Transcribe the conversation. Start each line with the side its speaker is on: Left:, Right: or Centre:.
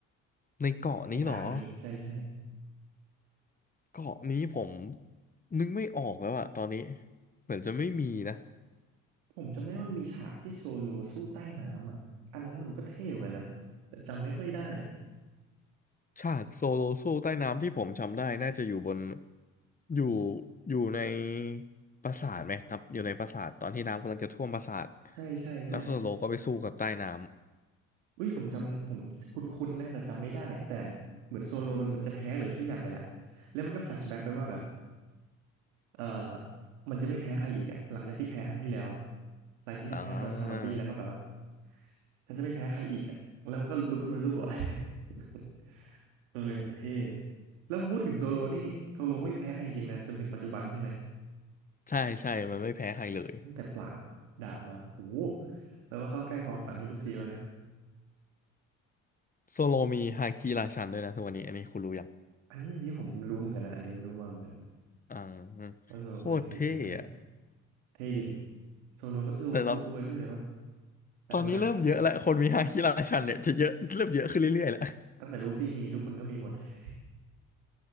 Left: ในเกาะนี้เหรอ
Right: ในอาร์คนี้ใช่ใช่
Left: เกาะนี้ผมนึกไม่ออกแล้วอะตอนนี้เหมือนจะไม่มีนะ
Right: ผมจำได้ว่ามันมีฉากที่โซโลสู้ใต้น้ำอ่ะอันนั้นน่ะมันก็เท่เหมือนกันนะแต่จำไม่ค่อยได้
Left: ฉากโซโลสู้ใต้น้ำที่ผมจำได้น่าจะอยู่บนอยู่อยู่ในปราสาทไหมครับอยู่ในปราสาทตอนที่น้ำกำลังจะท่วมปราสาท
Right: ใช่ใช่ใช่
Left: แล้วโซโลก็ไปสู้กับใต้น้
Right: อุ้ยผมจำผมคุ้นๆนะแต่จำไม่ได้แต่เหมือนโซโลมันเหมือนจะแพ้หรือสักอย่างไงแหละแล้วมันก็แฟลชแบ็กไปว่าแบบเออมันจะไม่แพ้ใครอีกอะหลังจากที่แพ้ครั้งที่แล้วอะ
Left: ำอ่า
Right: หลังจากที่แพ้ตอนชาบันดี้แล้วก็แบบว่าฉันจะไม่แพ้ใครอีกอะแล้วมันก็ลุกขึ้นมาสู้อ่ะ <laughs> เอออย่างเท่แล้วพอพูดถึงโซโลนี่โซโลก็ไม่แพ้ใครจริงๆนะจนถึงปัจจุบันใช่ไหม
Left: ใช่ใช่มันไม่แพ้ใครเลย
Right: ตั้งแต่ปราบดาบมาโอ้โหแปลว่าเข้าใกล้ความฝันขึ้นทุกทีแล้วนะ
Left: โซโลมีฮาคิราชันด้วยนะทุกวันนี้อันนี้คุณรู้ยัง
Right: อันนี้อันนี้ผมรู้เหมือนกันนะอันนี้รู้มาเหมือนกัน
Left: อ่า
Right: ว่าโซโลมีฮาคิราชัน
Left: โคตรเท่อะ
Right: เท่จริงโซโลก็ตัวตัวอวยเขาอยู่เลยมั้ง
Left: แต่ตอน
Right: าจานย์โอดะ
Left: ตอนนี้เริ่มเยอะแล้วคนมีฮาคิราชันเนี่ยจะเยอะเริ่มเยอะขึ้นเรื่อยๆแล้ว
Right: ตั้งแต่ลูฟี่มีทุกคนก็มีหมด <laughs>